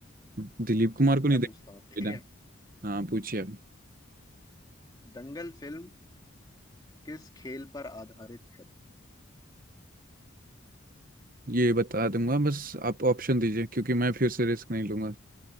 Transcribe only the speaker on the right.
दिलीप कुमार को
नहीं देखना
हाँ पूछिए अब
ये बता दूंगा बस आप ऑप्शन दीजिए क्योंकि मैं फिर से रिस्क नहीं लूंगा